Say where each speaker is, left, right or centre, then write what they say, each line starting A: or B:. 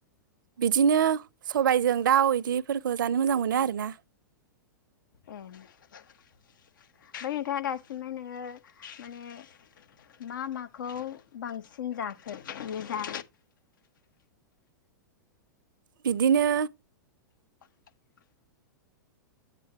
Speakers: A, on the right; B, on the left.
A: बिदिनो सबायजों दाउ इदिफोरखौ जानो मोजां मोनो आरोना।
B: ए ओमफ्राय नोंथाङा दासिमबो नोङो माने मा माखौ बांसिन जाखो बेनो जा
A: बिदिनो
B: <unintelligible>